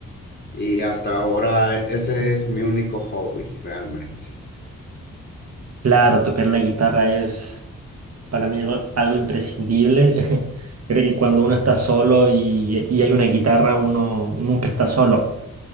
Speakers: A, on the left; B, on the right.
A: Y hasta ahora ese es mi único hobby realmente.
B: Claro, tocar la guitarra es para mí algo, algo imprescindible. <laughs> Creo que cuando uno está solo y, y hay una guitarra, uno nunca está solo.